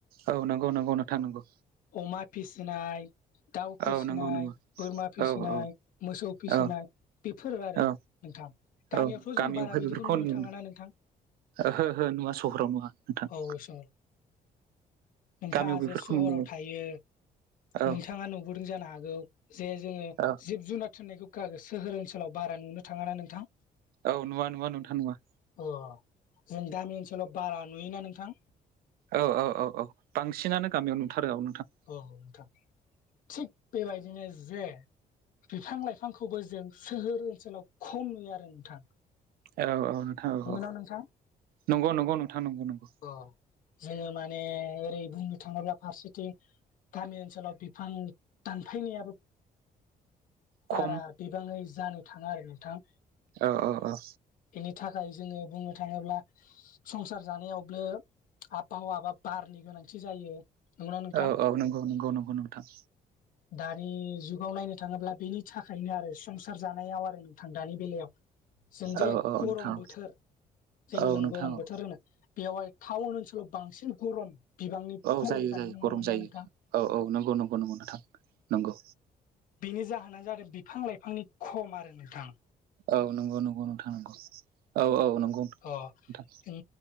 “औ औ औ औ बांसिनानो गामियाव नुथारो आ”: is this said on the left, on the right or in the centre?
Right